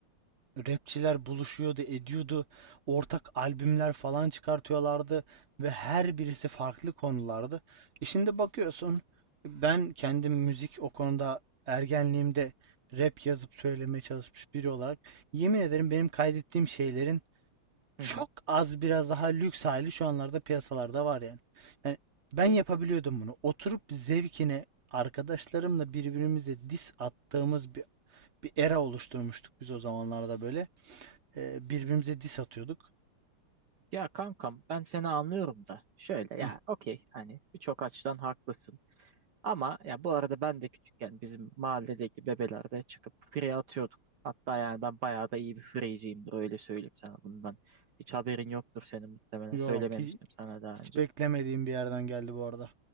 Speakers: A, on the right (about 35°); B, on the right (about 55°).
A: Rapçiler buluşuyordu, ediyordu. Ortak albümler falan çıkartıyorlardı ve her birisi farklı konulardı. E şimdi bakıyorsun ben kendim müzik o konuda ergenliğimde rap yazıp söylemeye çalışmış biri olarak yemin ederim benim kaydettiğim şeylerin çok
B: hı hı.
A: az biraz daha lüks hali şu anlarda piyasalarda var yani. Yani ben yapabiliyordum bunu. Oturup zevkine arkadaşlarımla birbirimize diss attığımız bir, bir era oluşturmuştuk biz o zamanlarda böyle e, birbirimize diss atıyorduk.
B: Ya kankam ben seni anlıyorum da şöyle
A: Hah,
B: ya okey hani birçok açıdan haklısın ama ya bu arada ben de küçükken bizim mahalledeki bebelerde çıkıp free atıyorduk. Hatta yani ben bayağı da iyi bir freeciyimdir öyle söyleyeyim sana bundan. Hiç haberin yoktur senin muhtemelen
A: yok
B: söylememiştim
A: hi-
B: sana daha
A: hiç
B: önce.
A: beklemediğim bir yerden geldi bu arada.